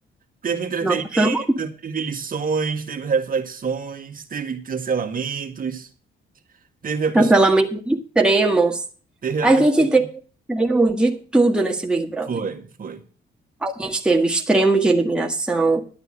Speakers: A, on the right (about 45°); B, in the centre.
A: Teve entretenimento,
B: Nossa, foi um
A: teve lições, teve reflexões, teve cancelamentos, teve a pessoa,
B: cancelamento de extremos.
A: teve
B: A
A: a pessoa
B: gente
A: que
B: teve extremo de tudo nesse Big Brother.
A: foi, foi.
B: A gente teve extremo de eliminação,